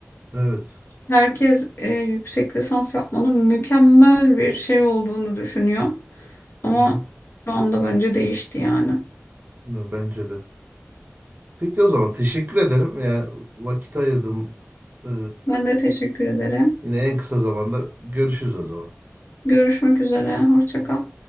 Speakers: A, on the right; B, on the left.
A: evet.
B: Herkes e, yüksek lisans yapmanın mükemmel bir şey olduğunu düşünüyor. Ama
A: Hı hı.
B: şu anda bence değişti yani.
A: Bence de. Peki o zaman teşekkür ederim. Yani vakit ayırdım. Ee,
B: Ben de teşekkür ederim.
A: Yine en kısa zamanda görüşürüz o zaman.
B: Görüşmek üzere. Hoşça kal.